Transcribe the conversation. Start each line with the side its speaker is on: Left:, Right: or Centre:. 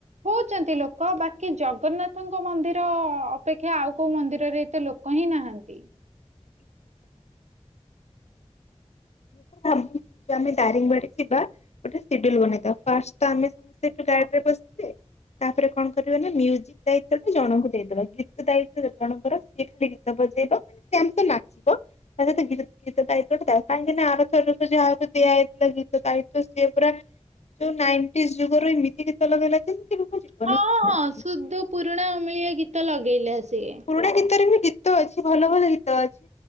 Right: ହଉଛନ୍ତି ଲୋକ ବାକି ଜଗନ୍ନାଥଙ୍କ ମନ୍ଦିର ଅପେକ୍ଷା ଆଉ କୋଉ ମନ୍ଦିରରେ ଏତେ ଲୋକ ହିଁ ନାହାନ୍ତି।
Left: <inaudible> ମୁଁ ଏଥର ଭାବୁଚି ଆମେ ଦାରିଙ୍ଗବାଡି ଯିବା ଗୋଟେ ସିଡିଲ୍ ବନେଇଦବା ଫାଷ୍ଟେ ତ ଆମେ ସମସ୍ତେ ସେଠୁ ଗାଡ଼ିରେ ବସିବେ ତାପରେ କଣ କରିବାନା ମିୟୁଜିକ୍ ଦାୟିତ୍ୱ ଟା ଜଣଙ୍କୁ ଦେଇଦେବା। ଗୀତ ଦାୟିତ୍ୱ ଜଣଙ୍କର ସିଏ ଖାଲି ଗୀତ ବଜେଇବ ମାନେ ସେ ଆମ ସ ନାଚିବ ତା ସହିତ ଗୀ ଗୀତ ଦାୟିତ୍ଵ ଟା ତା କାହିଁକି ନା ଆରଥରକୁ ଯାହାକୁ ଦିଆ ହୋଇଥିଲା ଗୀତ ଦାୟିତ୍ୱ ସିଏ ପୁରା ଯୋଉ ନାଇଣ୍ଟି ଯୁଗରୁ ଏମିତି ଗୀତ ଲଗେଇଲା ଯେ କେବେ ମୋ ଜୀବନରେ
Right: ହଁ
Left: ଶୁଣିନଥିଲି।
Right: ହଁ ଶୁଦ୍ଧ ପୁରୁଣା ମିଳି ଗୀତ ଲଗେଇଲେ ସିଏ।
Left: ପୁରୁଣା ଗୀତରେ ବି ଗୀତ ଅଛି ଭଲ ଭଲ ଗୀତ ଅଛି।